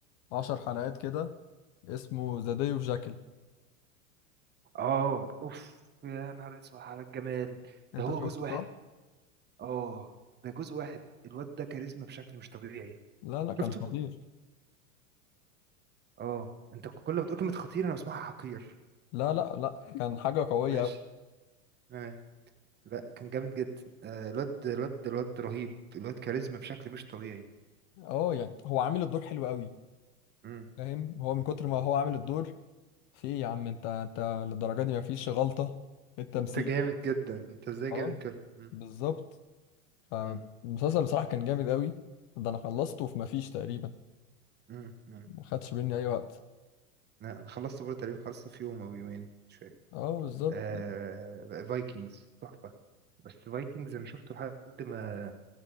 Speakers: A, on the left (about 45°); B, on the right (about 25°).
A: عشر حلقات كده اسمه ذا داي اوف جاكل
B: اه اوف يا نهار اسود على الجمال
A: أنت
B: ده هو
A: شفته
B: جزء واحد
A: صح؟
B: اه ده جزء واحد الواد ده كاريزما بشكل مش طبيعي
A: لا لا كان
B: شفته
A: خطير
B: اه انت كل ما تقول كلمة خطير انا بسمعها حقير
A: لا لا لا كان حاجة قوية
B: ماشي
A: أوي
B: تمام لا كان جامد جدا آه الواد الواد الواد رهيب الواد كاريزما بشكل مش طبيعي
A: أه يعني هو عامل الدور حلو أوي
B: مم.
A: فاهم هو من كتر ما هو عامل الدور في إيه يا عم أنت أنت للدرجة دي مفيش غلطة في التمثيل
B: انت جامد جدا انت ازاي
A: أه
B: جامد كده مم.
A: بالظبط فالمسلسل
B: مم.
A: بصراحة كان جامد أوي ده أنا خلصته في مفيش تقريبا
B: مم. مم.
A: ما خدش مني أي وقت
B: لا انا خلصت برضه تقريبا خلصت في يوم او يومين مش فاكر
A: أه بالظبط
B: آه فايكنجز تحفة بس فايكنجز انا شفته لحد ما